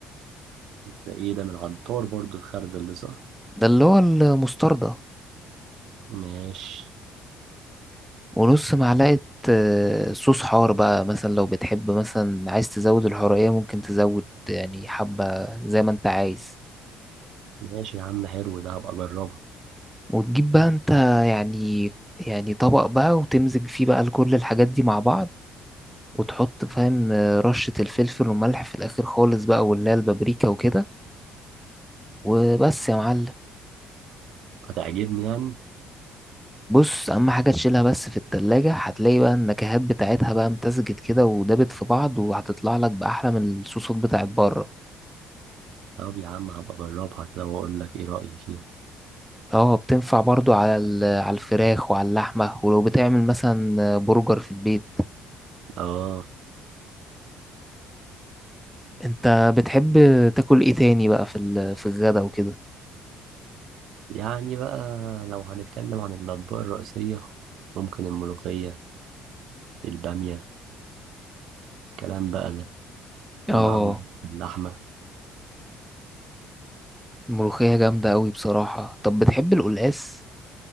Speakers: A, on the right; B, in the centre.
A: ده ايه ده من العطار برضو الخرد اللي صح
B: ده اللي هو المستردة
A: ماشي
B: ونص معلقة آه، صوص حار بقى مثلا لو بتحب مثلا عايز تزود الحرقية ممكن تزود يعني حبة زي ما انت عايز
A: ماشي يا عم حلو ده هبقى اجربها
B: وتجيب بقى انت يعني يعني طبق بقى وتمزج فيه بقى كل الحاجات دي مع بعض وتحط فاهم آه، رشة الفلفل والملح في الآخر خالص بقى واللي هي البابريكا وكده وبس يا معلم
A: هتعجبني يعني
B: بص أهم حاجة تشيلها بس في التلاجة هتلاقي بقى النكهات بتاعتها بقى امتزجت كده ودابت في بعض وهتطلع لك بأحلى من الصوصات بتاعت بره
A: طب يا عم هبقى اجربها كده واقول لك ايه رأيي فيها
B: اه بتنفع برضو على ال- على الفراخ وعلى اللحمة ولو بتعمل مثلا برجر في البيت
A: اه
B: انت بتحب تاكل ايه تاني بقى في ال- في الغدا وكده
A: يعني بقى لو هنتكلم عن الأطباق الرئيسية ممكن الملوخية البامية الكلام بقى ده
B: اه
A: ومعاهم اللحمة
B: الملوخية جامدة قوي بصراحة طب بتحب القلقاس